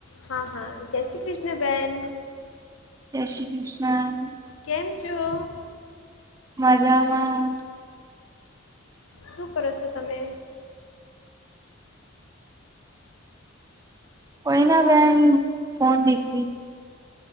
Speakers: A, on the left; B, on the right.
A: હા હા જય શ્રી કૃષ્ણ બેન.
B: જય શ્રી કૃષ્ણ.
A: કેમ છો?
B: મજામાં.
A: શું કરો છો તમે?
B: કોઈ ના બેેન ફોન દકી હતી.